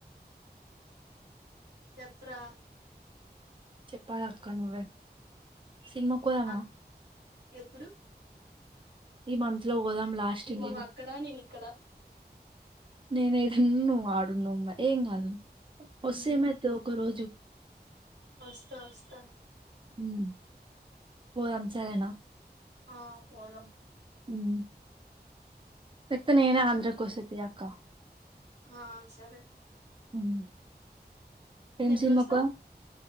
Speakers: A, on the right; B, on the right.
A: చెప్పురా
B: చెప్పాలక్క నువ్వే సినిమాకి పోదామా
A: అక్ ఎప్పుడు
B: ఈ మంత్ లో పోదాం లాస్ట్ ఇం
A: నువ్వు అక్కడ నేను ఇక్కడ
B: నేను ఇడున్ను నువ్ ఆడున్ను మే ఏం కాదు వస్తె
A: మ్మ్
B: ఏమయితావ్ ఒక రోజు
A: వస్తా వస్తా
B: మ్మ్ పోదాం సరేనా
A: ఆ పోదాం
B: మ్మ్ ఎక్త నేనే ఆంధ్ర కో వసైతి అక్క
A: ఆ సరే
B: మ్మ్ ఏం
A: ఎప్పుడొస్తావ్
B: సినిమా కి పోదాం